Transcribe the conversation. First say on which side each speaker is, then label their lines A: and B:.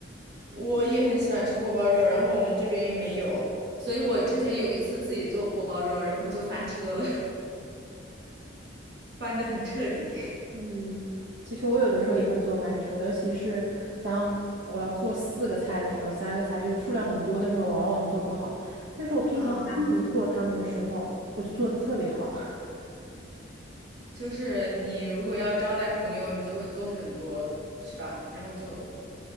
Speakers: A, on the right (about 60°); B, on the right (about 85°).
A: 我也很喜欢吃锅包肉，然后我们这边又没有，所以我之前有一次自己做锅包肉，然后就翻车了，<laughs> 翻得很彻底。
B: 嗯，其实我有的时候也会做翻车，尤其是当我要做四个菜的时候，三个菜就是数量很多的时候，我往往做不好。但是我平常单独做它们的时候，
A: 嗯，
B: 我就做的特别好。<laughs>
A: 就是你如果要招待朋友，你就会做很多，是吧？然后就